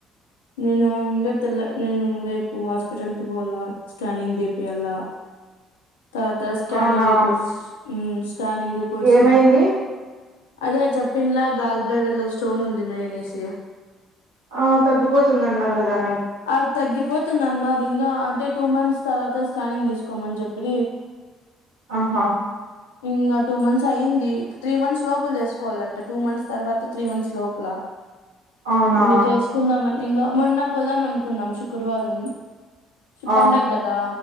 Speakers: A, on the left (about 85°); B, on the right (about 85°).
A: నేను ఇంకా తెల్ల నేను రేపు హాస్పిటల్కి పోవాల్ల స్కానింగ్ తీపియాల్ల తర్వాత స్కానింగ్
B: అవునా
A: రిపోర్ట్స్ ఉమ్ స్కానింగ్ రిపోర్ట్స్ని
B: ఏమైంది
A: బట్టి అదే చెప్పింలా గాల్ బ్లాడర్ లో స్టోన్ ఉందిమే అనేసి
B: ఆ తగ్గిపోతుంది అన్నారు కదా
A: అది తగ్గిపోతుంది అన్నారు ఇంకా అంటే టూ మంత్స్ తర్వాత స్కానింగ్ తీసుకోమని చెప్పిరి
B: ఆహా
A: ఇంగా టూ మంత్స్ అయింది త్రీ మంత్స్ లోపల చేసుకోవాలం ట టూ మంత్స్ తర్వాత త్రీ మంత్స్ లోపల
B: అవునా
A: ఇంగా చేసుకుందామని ఇంగ మొన్న పోదామనుకున్నాం శుక్రవారం
B: ఆ
A: పండగ కదా